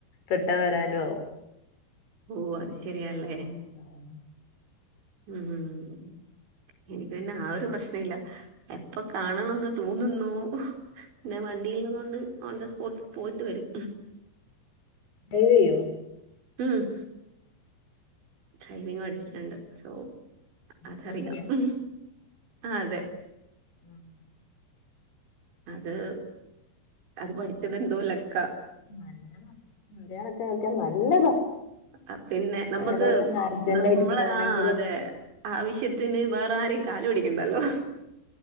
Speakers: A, on the left (about 60°); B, on the right (about 75°).
A: റിട്ടം വരാനും ആകും
B: ഓ അത് ശെരിയല്ലേ
A: ഉം
B: ഉം ഇനിക്ക് പിന്നെ ആ ഒരു പ്രശ്ന ഇല്ല എപ്പൊ കാണണംന്ന് തോന്നുന്നുവോ പിന്നെ വണ്ടിള്ളതൊണ്ട് ഓൺത സ്പോട്ട് പോയിട്ട് വരും
A: ഡ്രൈവ് യ്യൊ
B: ഉം ഡ്രൈവിങ് പഠിച്ചിട്ടുണ്ട് സോ അതറിയാം
A: സ്കൂട്ടിയാ
B: ഉം അതെ
A: ഉം
B: അത് അത് പഠിച്ചത് എന്തോ ലക്ക
A: നല്ലതാ ഒര് കണക്കിനതൊക്കെ നല്ലതാ
B: അഹ് പിന്നെ നമ്മക്ക്
A: എവിടെലും അർജന്റ്
B: നമ്മളെ
A: ആയിട്ട് പോണെങ്കിലൊക്കെ
B: ആഹ് അതെ ആവശ്യത്തിന് വേറെ ആരെയും കാല് പിടിക്കണ്ടല്ലോ